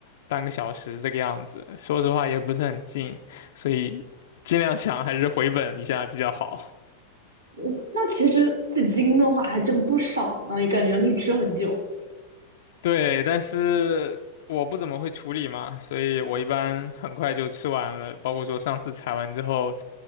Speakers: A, on the left; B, on the right.
A: 半个小时这个样子。说实话也不是很近，所以尽量想还是回本一下比较好。
B: 我那其实紫金的话还真不少呢，也感觉可以吃很久。
A: 对，但是我不怎么会处理嘛，所以我一般很快就吃完了。包括说上次采完之后，